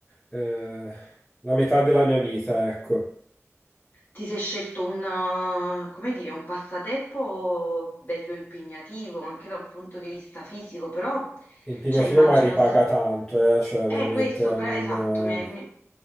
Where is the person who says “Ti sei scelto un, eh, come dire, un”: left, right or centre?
Left